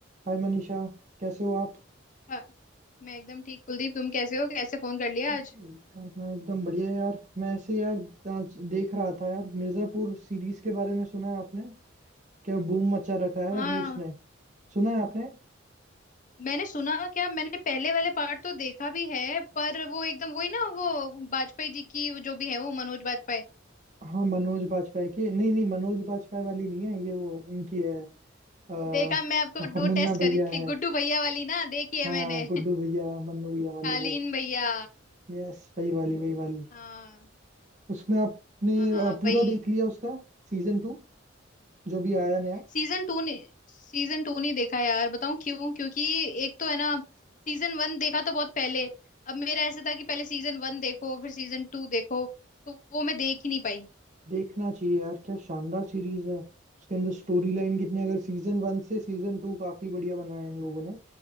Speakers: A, on the right; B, on the left.
A: हाय मनीषा कैसे हो आप
B: हाँ, मैं एकदम ठीक कुलदीप तुम कैसे हो कैसे फोन कर लिया
A: यार
B: आज
A: मैं एकदम बढ़िया यार मैं ऐसे यार आज देख रहा था यार मिर्जापुर सीरीज के बारे में सुना है आपने क्या बूम मचा रखा है यार
B: हाँ
A: अभी उसने सुना है आपने
B: मैंने सुना क्या मैंने पहले वाले पार्ट तो देखा भी है पर वो एकदम वही ना वो वाजपेयी जी की वो जो भी है वो मनोज वाजपेयी
A: हाँ मनोज बाजपेयी की नहीं नहीं मनोज बाजपेयी वाली नहीं है ये वो उनकी है आ,
B: देखा मैं आपको दो
A: मुन्ना
B: टेस्ट करी
A: भैया है
B: थी गुड्डू भैया वाली ना देखी है
A: हाँ
B: मैंने
A: गुड्डू
B: <laughs>
A: भैया मन्नू भैया वाली
B: कालीन
A: वो
B: भैया
A: यस वही वाली वही वाली
B: हाँ
A: उसमें आपने
B: हाँ
A: अ, पूरा
B: भाई
A: देख लिया उसका सीजन टू जो भी आया नया
B: सीजन टू ने सीजन टू नहीं देखा यार बताऊं क्यों क्योंकि एक तो है ना सीजन वन देखा तो बहुत पहले अब मेरा ऐसे था कि पहले सीजन वन देखो फिर सीजन टू देखो तो वो मैं देख ही नहीं पाई
A: देखना चाहिए यार क्या शानदार सीरीज है उसके अंदर स्टोरी लाइन कितनी अगर सीजन वन से सीजन टू काफी बढ़िया बनाया है इन लोगों ने